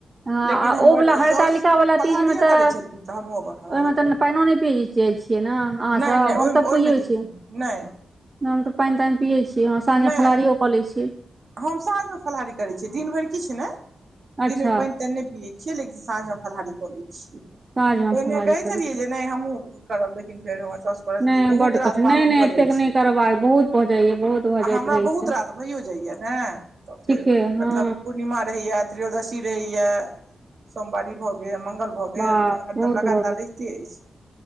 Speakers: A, on the right; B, on the right.
A: ह
B: लेकिन हमर
A: ओ वला हड़तालिका
B: साउस
A: वाला
B: फलाहारिए
A: तीज मे तऽ
B: करै
A: ओहि
B: छलखिन तऽ हमहूँ अपन फलाहारी
A: मे
B: कर
A: तऽ पानि नहि। छियै ने अहाँसँ
B: नहि नहि
A: हम
B: ओहिमे
A: तऽ
B: ओहिमे
A: पुबै छिये।
B: किछु नहि
A: हम तऽ पानि तानि पियै छियै हँ साँझमे
B: नहि
A: फलाहारि कऽ त छिये
B: हम साँझ मे फलाहारी करे छियै दिन भरि किछ नहि
A: अच्छा
B: दिन मे पानि तानि नहि पियै लेकिन साँझ मे फलहारी कऽ लै छियै
A: साँझमे
B: एने
A: फलाहारी
B: कहै
A: करै
B: छलियै जे। नहि हमू करब लेकिन फेर
A: छी नहि
B: बहुत
A: बड्ड
B: रास
A: कठिन
B: पाबनि
A: नहि नहि
B: भऽ
A: एतेक
B: जाइ छै
A: नहि करबाक बहुत भऽ जाइए बहुत भऽ
B: आ
A: जाइत
B: हमरा
A: रहै
B: बहुत
A: छै
B: रात भयो जाइया ने त फेर
A: ठीके हँ
B: मतलब पूर्णीमा रहेया, त्रयोदशी रहेया सोमवारीऽ भगेल मंगल भऽ गेल
A: बाप
B: तऽ हरदम
A: बहुत
B: लगातार
A: भऽ गेल
B: रहिते अछि।